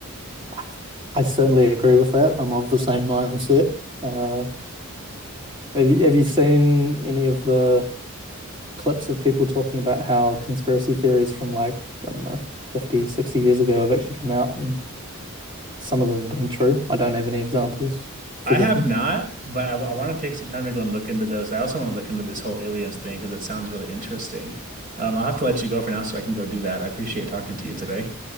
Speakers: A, on the right; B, on the right.
A: I I certainly agree with that. I'm of the same mindset. Uh, have you have you seen any of the clips of people talking about how conspiracy theories from like, I don't know, 50, 60 years ago have actually come out and some of them have been true. I don't have any examples. Forgive
B: I have
A: me.
B: not, but I, I want to take some time to go and look into those. I also want to look into this whole aliens thing because it sounds really interesting. Um, I'll have to let you go for now so I can go do that. I appreciate talking to you today.